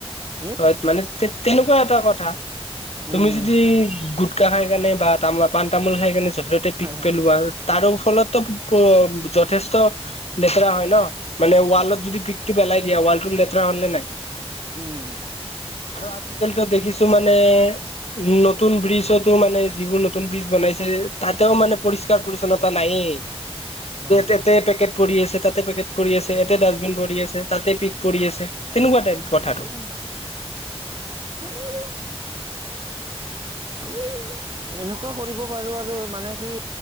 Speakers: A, on the right; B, on the left.
A: হে
B: হয়। মানে তেনেকুৱা এটা কথা
A: উম
B: তুমি যদি গোটকা খাইকনে বা তামোল পাণ তামোল খাই কাৰনে যতে-ততে
A: হয়
B: পিক
A: হয়
B: পেলোৱা তাৰো ফলতো যথেষ্ট লেতেৰা হয় ন, মানে
A: হয়
B: ৱালত
A: হয়
B: যদি পিক পিক পেলাই দিয়া ৱালটো লেতেৰা হ'ল নে নাই?
A: উম।
B: আৰু আজিকালিতো দেখিছো মানে নতুন ব্ৰিজতো মানে যিবোৰ নতুন ব্ৰিজ বনাইছে তাতেও মানে পৰিষ্কাৰ পৰিষ্কাৰ-পৰিচ্ছনতা নায়েই।
A: নাই নাই
B: যতে পেকেট পৰি আছে তাতে পেকেট পৰি আছে ইতে ডাষ্টবিন পৰি আছে। তাতে পিক পৰি আছে তেনেকুৱা টাইপ।
A: সেনেকুৱাই,
B: কথাটো
A: মানে আৰু আমি এনেই, এনেকুৱা কৰিব পাৰো আৰু মানে কি